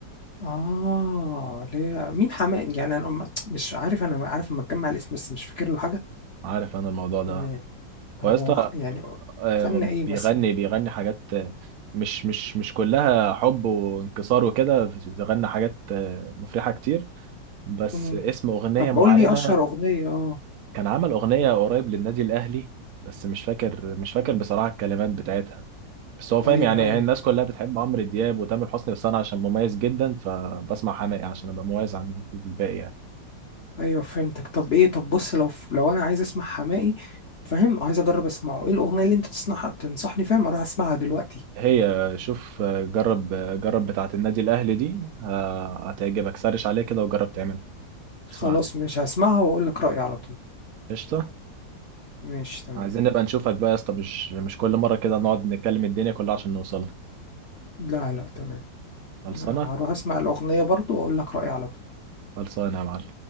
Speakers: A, on the left; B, on the right.
A: اه ليه مين حماقي يعني انا ما- مش عارف انا ما- عارف اما اتجمع الاسم بس مش فاكر له حاجة
B: عارف انا الموضوع ده
A: يعني طب
B: هو يا اسطى
A: هو غ- يعني
B: آه،
A: غنى ايه
B: بيغني
A: مثلا
B: بيغني حاجات آه، مش مش مش كلها حب وانكسار وكده بيغني حاجات آه، مفرحة كتير بس
A: مم.
B: اسم أغنية
A: طب
B: معينة
A: قول لي اشهر اغنية اه
B: كان عمل أغنية قريب للنادي الأهلي بس مش فاكر مش فاكر بصراحة الكلمات بتاعتها بس هو فاهم
A: ايوه
B: يعني هي
A: ايوه
B: الناس كلها بتحب عمرو دياب وتامر حسني بس أنا عشان مميز جدا فبسمع حماقي عشان أبقى مميز عن الباقي يعني
A: ايوه فهمتك طب ايه طب بص لو لو انا عايز اسمع حماقي فاهم عايز اجرب اسمعه ايه الاغنية اللي انت تسمعها تنصحني فاهم اروح اسمعها دلوقتي
B: هي شوف آه، جرب آه، جرب بتاعة النادي الأهلي دي آه، هتعجبك سرش عليه كده وجرب تعملها
A: خلاص
B: اسمعها
A: مش هسمعها واقول لك رأيي على طول
B: قشطة
A: ماشي تمام
B: عايزين نبقى نشوفك بقى يا اسطى مش مش كل مرة كده نقعد نتكلم الدنيا كلها عشان نوصل
A: لا لا تمام
B: خلصانة
A: انا هروح اسمع الاغنيه برضو واقول لك رايي على طول
B: خلصانة يا معلم